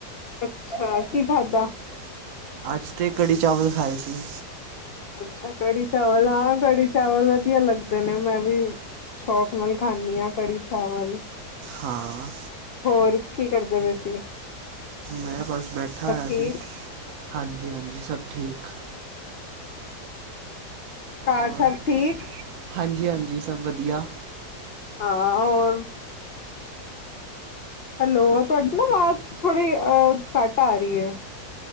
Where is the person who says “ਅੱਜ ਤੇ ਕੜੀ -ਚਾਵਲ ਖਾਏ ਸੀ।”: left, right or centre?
Right